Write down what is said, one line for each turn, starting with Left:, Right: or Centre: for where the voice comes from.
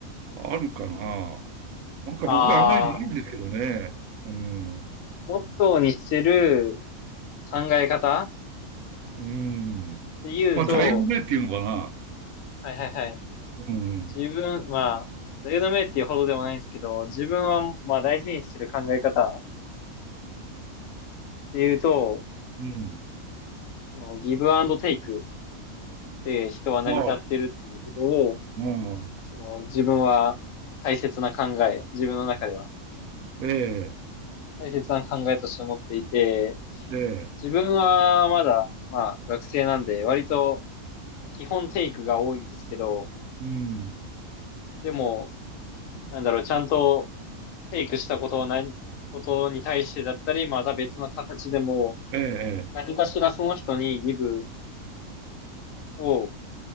Right: あるかななんか僕はあんまりないんですけどね。
Left: ああ、
Right: うん。
Left: モットーにしてる考え方っ
Right: うん。
Left: て言うと、
Right: まあ、座右の銘っていうのかな。
Left: はい、はい、はい。
Right: うん。
Left: 自分、まあ、トレードメっていうほどでもないんですけど、自分は、まあ、大事にしてる考え方っていうと、
Right: うん。
Left: そのギブアンドテイクで人は成り立ってるっていうことを、
Right: ああ、うん。
Left: その自分は大切な考え、自分の中では
Right: ええ、
Left: 大切な考えとして持っていて、
Right: ええ、
Left: 自分はまだ、まあ学生なんで、割と基本テイクが多いんですけど、
Right: うん。
Left: でも、なんだろう、ちゃんとテイクしたことを何、ことに対してだったり、また別の形でも、
Right: ええ、え
Left: 何かしらその人にギブを